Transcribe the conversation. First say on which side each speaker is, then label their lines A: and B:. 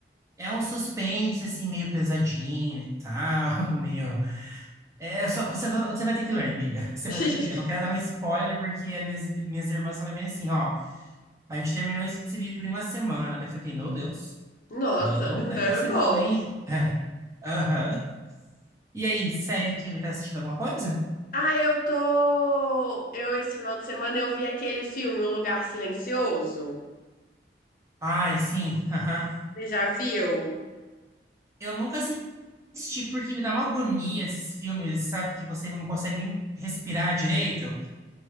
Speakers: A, on the right (about 15°); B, on the left (about 50°).
A: É um suspense assim meio pesadinho e tal, <laughs> meio. É só você, va- você vai ter que ler, amiga. <laughs> Você
B: <laughs>
A: vai ter que ler. Eu não quero dar um spoiler porque as minhas, minhas irmãs falaram bem assim, ó, a gente terminou esse livro em uma semana. Daí eu fiquei, meu Deus.
B: Nossa,
A: Então,
B: então
A: deve ser
B: é bom.
A: bom, hein? <laughs> É, Aham. E aí, série, filme, tá assistindo alguma coisa?
B: Ah, eu tô. Eu, esse final de semana, eu vi aquele filme, Um Lugar Silencioso.
A: Ai, sim. Aham.
B: Você já viu?
A: Eu nunca assisti porque me dá uma agonia esses filmes, sabe? Que você não consegue nem respirar direito.